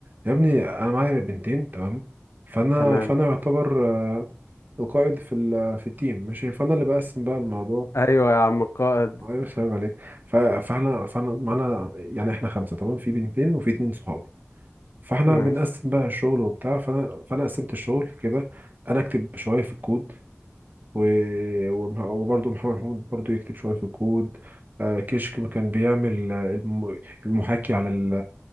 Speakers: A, on the right (about 40°); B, on the left (about 75°).
A: يا ابني انا معايا بنتين تمام فانا
B: تمام
A: فانا يعتبر آه، القائد في ال- في التيم ماشي فانا اللي بقسم بقى الموضوع
B: ايوه يا عم القائد
A: ايوه فاهم عليك ف- فاحنا فاحنا معانا يعني احنا خمسه تمام في بنتين وفي اتنين صحابي فاحنا
B: ماشي
A: بنقسم بقى الشغل وبتاع فانا فانا قسمت الشغل كده انا اكتب شويه في الكود و- ومح- وبرضه محمد محمود برضه يكتب شوية في الكود آه، كشك ما كان بيعمل آه، الم- المحاكي على ال-